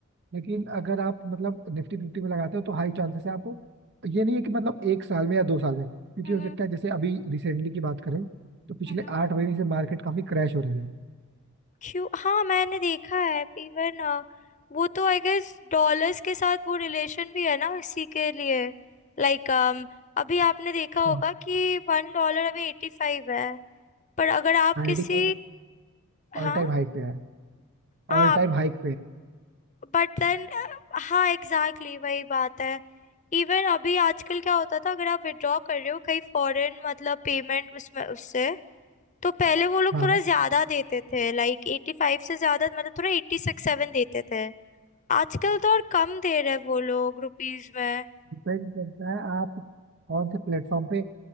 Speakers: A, on the right (about 55°); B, on the left (about 35°).
A: लेकिन अगर आप मतलब निफ्टी फिफ्टी में लगाते हो तो हाई चांसेस है आपको ये नहीं है कि मतलब एक साल में या दो साल में क्योंकि
B: हम्म
A: हो सकता है जैसे अभी रिसेंटली की बात करें तो पिछले
B: हम्म
A: आठ महीने से मार्केट काफी क्रैश हो रही है
B: क्यों हाँ मैंने देखा है इवन वो तो आई गेस डॉलर्स के साथ वो रिलेशन भी है ना इसी के लिए लाइक um, अभी आपने देखा होगा
A: हाँ।
B: कि वन डॉलर अभी एटी फाइव है पर अगर आप
A: Ninety
B: किसी
A: five all
B: हाँ
A: time high पे है
B: आप
A: ऑल टाइम हाइक पे
B: बट देन हाँ एग्जैक्टली exactly, वही बात है इवन अभी आजकल क्या होता था अगर आप विड्रॉ कर रहे हो कहीं फॉरेन मतलब पेमेंट उसमें उससे तो पहले वो लोग
A: हाँ
B: थोड़ा ज्यादा देते थे लाइक एटी फाइव से ज्यादा मतलब थोड़ा एट्टी सिक्स सेवन देते थे आजकल तो और कम दे रहे वो लोग रुपीज में
A: डिपेंड करता है आप कौन से प्लेटफॉर्म पे